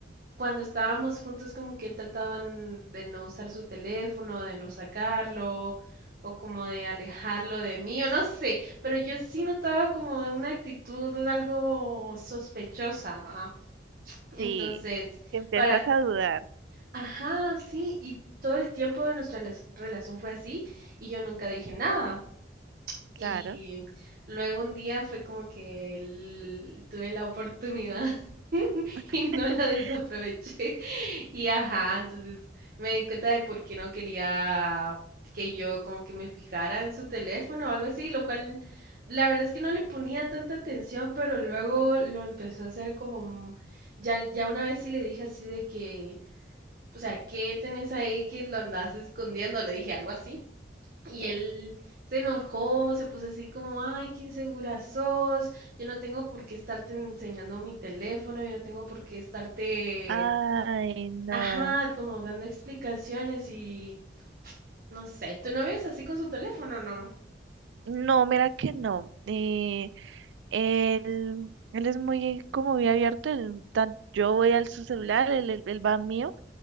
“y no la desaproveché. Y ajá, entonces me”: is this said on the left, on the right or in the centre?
Right